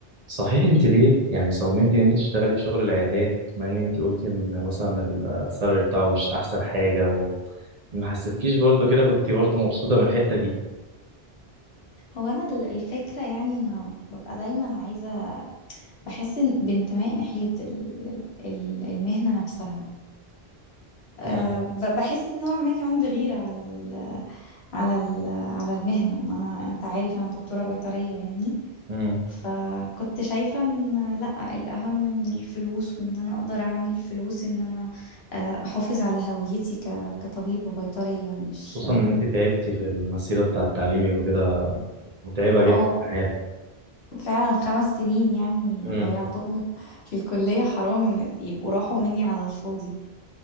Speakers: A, on the right; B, on the left.
A: صحيح انت ليه يعني صممتي ان انت تشتغلي في شغل العيادات مع ان انت قلتي ان مثلا السالري بتاعه مش احسن حاجه وما حسيتكيش برضو كده كنت برضو مبسوطه من الحته دي
B: هو انا ال- الفكره يعني انا ببقى دايما عايزه بحس إن- بانتماء ناحيه ال- ال- المهنه نفسها أه
A: امم
B: ب- بحس نوع ما كمان بغيره على ال على ال على المهنه ما انا انت عارف انا دكتوره بيطريه يعني
A: امم
B: فكنت شايفه ان لا الاهم من الفلوس وان انا اقدر اعمل فلوس ان انا آه، احافظ على هويتي ك- كطبيبه بيطريه مش
A: خصوصا ان انت تعبتي في المسيره بتاعه تعليمك وكده متعبه جدا
B: اه
A: عارف
B: فعلا خمس سنين يعني
A: امم
B: ضيعتهم في الكلية حرام يبقوا راحوا مني على الفاضي